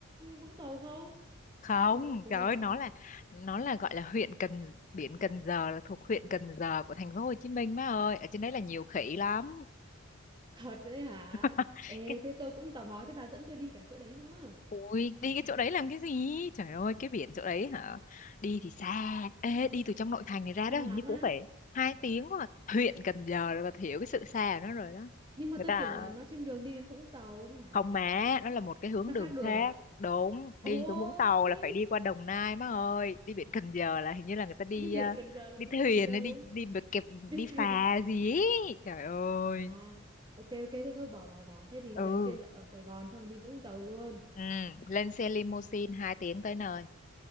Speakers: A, on the right; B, on the left.
A: Vũng Tàu không?
B: Không,
A: Hay nó ở phía
B: trời
A: nào
B: ơi
A: ta?
B: nó là nó là gọi là huyện Cần biển Cần Giờ là thuộc huyện Cần Giờ của thành phố Hồ Chí Minh má ơi. Ở trên đấy là nhiều khỉ lắm.
A: Thật đấy hả?
B: <laughs>
A: Ê,
B: Cái
A: thế tôi cũng tò mò thế bà dẫn tôi đi cả chỗ đấy nữa.
B: ui, đi cái chỗ đấy làm cái gì? Trời ơi, cái biển chỗ đấy hả? Đi thì xa. Ê, đi từ trong nội thành này ra
A: Xa
B: đó hình
A: lắm
B: như cũng
A: á.
B: phải hai tiếng hoặc huyện Cần Giờ rồi bà hiểu cái sự xa của nó rồi đó.
A: Nhưng mà
B: Người
A: tôi
B: ta
A: tưởng là nó trên đường đi đến Vũng Tàu mà.
B: không má nó là một cái hướng
A: Nó
B: đường
A: khác đường
B: khác
A: à?
B: đúng
A: Ôi!
B: đi xuống Vũng Tàu là phải đi qua Đồng Nai má ơi đi biển Cần Giờ là hình như là
A: <laughs>
B: người ta đi
A: Đi biển
B: ờ,
A: Cần Giờ là
B: đi
A: đi
B: thuyền
A: đi đâu?
B: hay đi đi bờ kẹp
A: Đi
B: đi
A: thuyền.
B: phà gì ấy. trời ơi
A: À, ok ok thế thôi bỏ bỏ bỏ. Thế thì
B: ừ
A: đầu tiên là ở Sài Gòn xong đi Vũng Tàu luôn.
B: ừ lên xe limousine 2 tiếng tới nơi